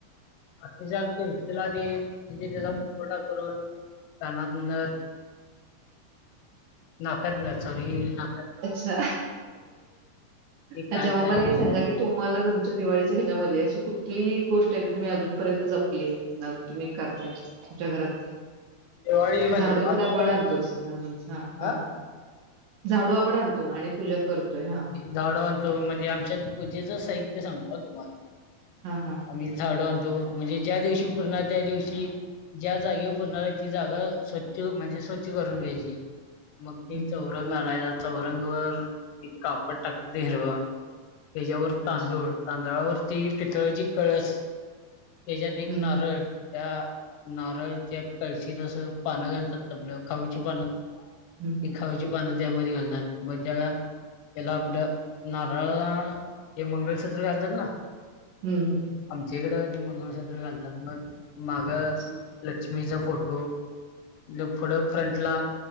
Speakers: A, on the left (about 85°); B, on the right (about 75°).
A: असे चार तुळशीला ते म्हणजे, त्याचा मुकोटा करून कानात नथ, नाकात नथ सॉरी ना
B: अच्छा,
A: ते
B: अच्छा
A: काय
B: मग
A: काय
B: मला
A: आम्ही
B: हे सांगा की, तुम्हाला तुमच्या दिवाळीच्या ह्याच्यामध्ये अशी कुठलीही गोष्ट आहे, ती तुम्ही अजूनपर्यंत जपली आहे? <unintelligible> तुम्ही करताय तुमच्या घरात
A: दिवाळीमध्ये
B: झाडूत
A: अजूनपर्यंत
B: पण आणतोच अजून, हा-हा
A: हा
B: झाडू आपण आणतो आणि पूजा करतोय हा.
A: झाडु आणतो, म्हणजे आमच्यात पूजेचं साहित्य सांगतो हा तुम्हाला
B: हा हा
A: आम्ही झाडु आणतो, म्हणजे ज्या दिवशी पुजणार त्या दिवशी, ज्या जागेवर पुजणार ती जागा स्वच्छ म्हणजे स्वच्छ करून घ्यायची, मग ती
B: हम्म
A: चौरंग आणय चौरंग वर एक कापड टाकतो ते हिरवा, त्याच्यावर तांदूळ
B: अच्छा
A: तांदळावरती पितळ्याची कळस, त्याच्यात
B: हम्म
A: एक
B: हम्म
A: नारळ, त्या नारळ त्या कळशीत अस पानं घालतात आपलं खाऊची पानं
B: हम्म हम्म
A: की खाऊची पानं त्यामध्ये घालतात मग त्या ला आपलं नारळाला हे मंगळसुत्र घालतात ना
B: हम्म.
A: आमच्याकडे ते मंगळसूत्र घालतात, मग माग
B: अच्छा
A: लक्ष्मीचा फो फोटो म्हणजे फळं फ्रंटला